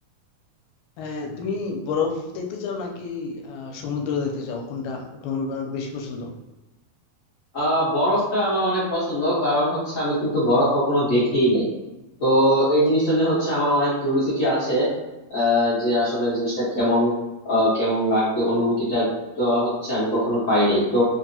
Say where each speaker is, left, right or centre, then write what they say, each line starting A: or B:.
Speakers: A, on the left; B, on the left.
A: হ্যাঁ তুমি বরফ দেখতে চাও নাকি আহ সমুদ্র দেখতে চাও কোনটা তোমার বেশি পছন্দ
B: আহ বরফটা আমার অনেক পছন্দ কারণ হচ্ছে আমি কিন্তু বরফ কখনো দেখিই নাই তো এই জিনিসটা নিয়ে হচ্ছে আমার অনেক কিউরিসিটি আছে আহ, যে আসলে এই জিনিসটা কেমন আহ, কেমন লাগবে অনুভূতিটা তো হচ্ছে আমি কখনো পাইনি তো